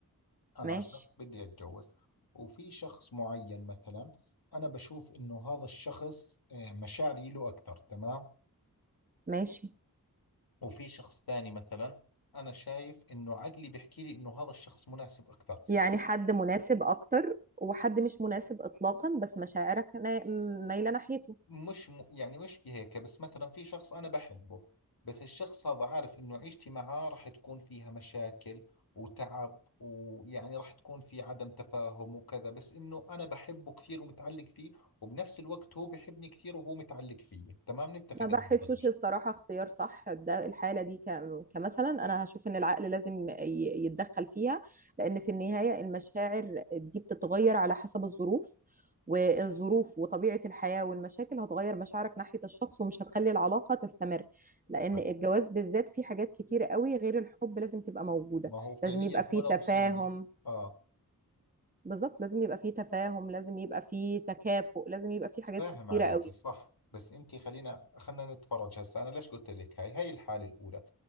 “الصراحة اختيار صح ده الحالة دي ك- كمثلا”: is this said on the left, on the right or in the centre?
Right